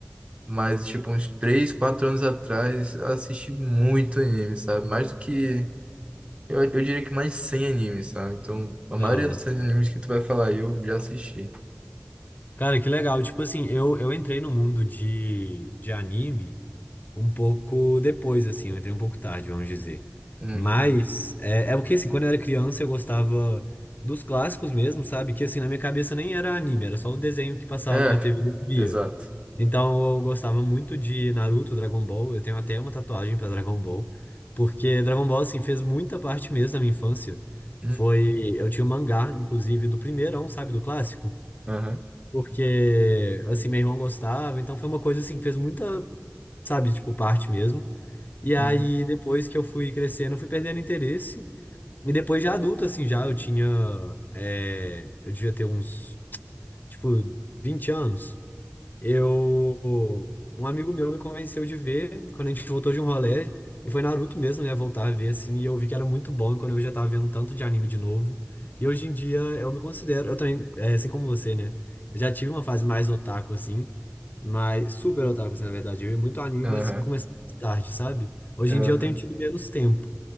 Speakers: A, on the right; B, on the left.
A: mas, tipo, uns 3, 4 anos atrás, eu assisti muito anime, sabe? Mais do que. Eu, eu diria que mais de 100 animes, sabe? Então, a maioria
B: Ah,
A: dos animes que tu vai falar aí, eu já assisti.
B: cara, que legal. Tipo assim, eu, eu entrei no mundo de, de anime. um pouco depois, assim, eu entrei um pouco tarde, vamos dizer.
A: Uhum.
B: Mas é, é o que, assim, quando eu era criança eu gostava dos clássicos mesmo, sabe? Que, assim, na minha cabeça nem era anime, era só o desenho que passava
A: É,
B: na TV e eu via.
A: exato.
B: Então eu gostava muito de Naruto, Dragon Ball, eu tenho até uma tatuagem pra Dragon Ball, porque Dragon Ball, assim, fez muita parte mesmo da minha infância.
A: Uhum,
B: Foi, eu tinha o mangá, inclusive, do primeirão, sabe, do clássico.
A: aham,
B: Porque, assim, meu irmão gostava, então foi uma coisa, assim, que fez muita, sabe, tipo, parte mesmo. E aí,
A: uhum,
B: depois que eu fui crescendo, eu fui perdendo interesse. E depois de adulto, assim, já eu tinha. é, eu devia ter uns, tipo, 20 anos. Eu, um amigo meu me convenceu de ver quando a gente voltou de um rolê, e foi Naruto mesmo, né, voltar a ver assim, e eu vi que era muito bom, e quando eu já tava vendo tanto de anime de novo. E hoje em dia eu me considero, eu também, é, assim como você, né? Eu já tive uma fase mais otaku assim, mas super otaku assim, na verdade. Eu ia muito anime,
A: aham,
B: mas comecei mais tarde, sabe? Hoje
A: aham,
B: em dia eu tenho tido menos tempo,